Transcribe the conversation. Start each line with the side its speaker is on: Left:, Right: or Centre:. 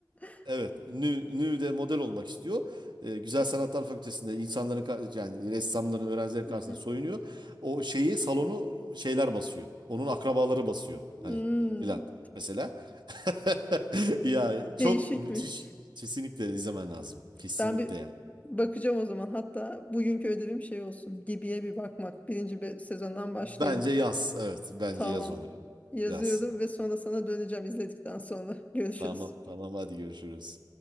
Left: <laughs>
Right: Evet, Nü, Nü'de model olmak istiyor. Ee, Güzel Sanatlar Fakültesi'nde insanların ka- yani ressamların, öğrencilerin karşısında
Left: Hı hı.
Right: soyunuyor. O şeyi salonu şeyler basıyor. Onun akrabaları basıyor
Left: Hmm,
Right: hani filan mesela. <laughs> Ya çok
Left: değişikmiş.
Right: müthiş. Kesinlikle izlemen lazım. Kesinlikle
Left: Ben bir
Right: yani.
Left: bakacağım o zaman. Hatta bugünkü ödevim şey olsun. Gibi'ye bir bakmak. Birinci be- sezondan başlayayım.
Right: Bence yaz. Evet, bence
Left: Tamam.
Right: yaz onu.
Left: Yazıyordum
Right: Yaz.
Left: ve sonra sana döneceğim izledikten sonra. Görüşürüz.
Right: Tamam, tamam hadi görüşürüz.